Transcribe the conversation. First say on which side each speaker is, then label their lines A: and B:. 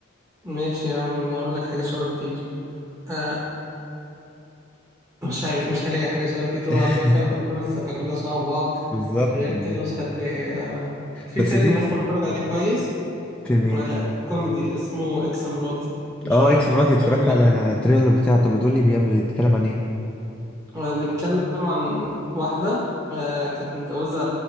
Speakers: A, on the right; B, in the centre.
A: ماشي يا عم اقول لك حاجه شبه تيتو آه مش عارف مش هلاقي حاجه شبه تيتو
B: <laughs>
A: هتلاقي فاهم افلام السقا كلها شبه بعض
B: بالظبط
A: غير
B: بالظبط
A: كده مش هتلاقي آه في
B: بس
A: فيلم
B: تيتو
A: لسه متفرج عليه كويس
B: فيلم ايه
A: ولا كوميدي اسمه اكس مراتي مش
B: اه
A: عارف
B: اكس مراتي
A: عارفه
B: اتفرجت
A: ولا لا
B: على التريلر بتاعه طب ما تقول لي بيعمل بيتكلم عن ايه
A: هو بيتكلم عن واحدة آه، كانت متجوزة